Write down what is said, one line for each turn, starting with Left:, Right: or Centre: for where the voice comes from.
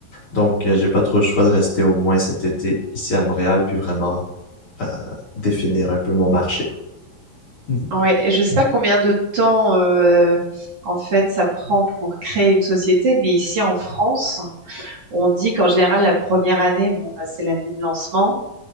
Left: Donc euh, j'ai pas trop le choix de rester au moins cet été ici à Montréal puis vraiment euh, définir un peu mon marché. <laughs>
Right: Ah Ouais, et je sais pas combien de temps euh, en fait ça prend pour créer une société, mais ici en France, on dit qu'en général la première année, bon, bah, c'est l'année de lancement.